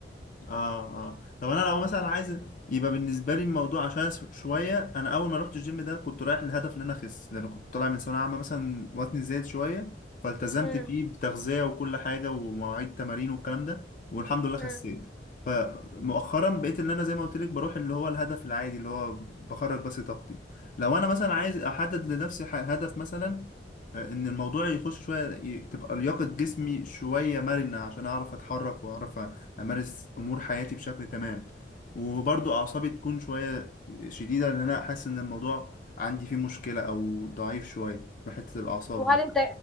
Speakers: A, on the left; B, in the centre.
A: اه اه طب انا لو مثلا عايز يبقى بالنسبه لي الموضوع عشان س- شويه انا اول ما رحت الجيم ده كنت رايح للهدف ان انا اخس لان كنت طالع من ثانويه عامه مثلا وزني زايد شويه فالتزمت
B: امم
A: فيه بتغذيه وكل حاجه ومواعيد تمارين والكلام ده والحمد لله خسيت
B: امم
A: فمؤخرا بقيت ان انا زي ما قلت لك بروح اللي هو الهدف العادي اللي هو بخرج بس طاقتي لو انا مثلا عايز احدد لنفسي ح- هدف مثلا آه، ان الموضوع يخش شويه ي- تبقى لياقه جسمي شويه مرنه عشان اعرف اتحرك واعرف امارس امور حياتي بشكل تمام وبرضو اعصابي تكون شويه شديده لان انا حاسس ان الموضوع عندي فيه مشكله او ضعيف شويه من حته الاعصاب
B: وهل
A: دي
B: انت